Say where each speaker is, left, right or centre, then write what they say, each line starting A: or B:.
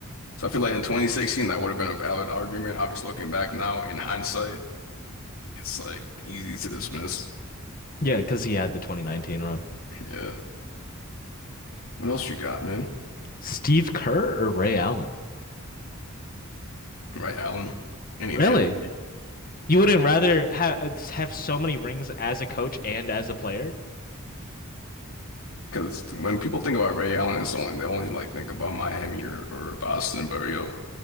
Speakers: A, on the left; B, on the left.
A: So I feel like in 2016 that would have been a valid argument. Obviously, looking back now in hindsight, it's like easy to dismiss.
B: Yeah, because he had the 2019 run.
A: Yeah. What else you got, man?
B: Steve Kerr or Ray Allen?
A: Right, Allen? Any
B: Really?
A: day of the week.
B: You wouldn't rather have have so many rings as a coach and as a player
A: Because when people think about Ray Allen, it's only they only like think about Miami or, or Boston. But yo,